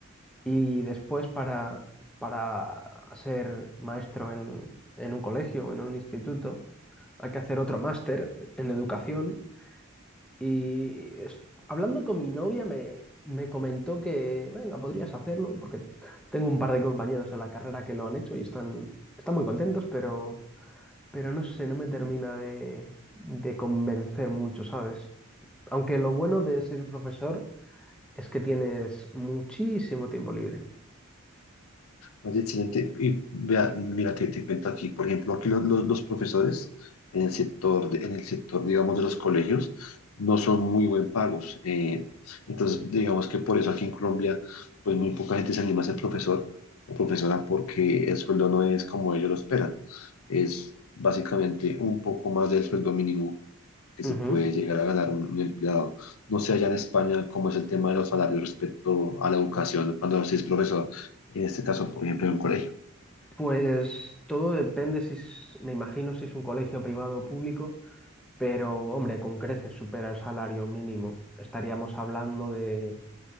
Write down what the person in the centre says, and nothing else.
Y después para, para ser maestro en, en un colegio o en un instituto, hay que hacer otro máster en educación. Y es- hablando con mi novia me, me comentó que, venga, podrías hacerlo, porque tengo un par de compañeros de la carrera que lo han hecho y están, están muy contentos, pero, pero no sé, no me termina de, de convencer mucho, ¿sabes? Aunque lo bueno de ser profesor es que tienes muchísimo tiempo libre.
Ujú.
Pues todo depende si es- me imagino si es un colegio privado o público, pero hombre, con creces supera el salario mínimo. Estaríamos hablando de,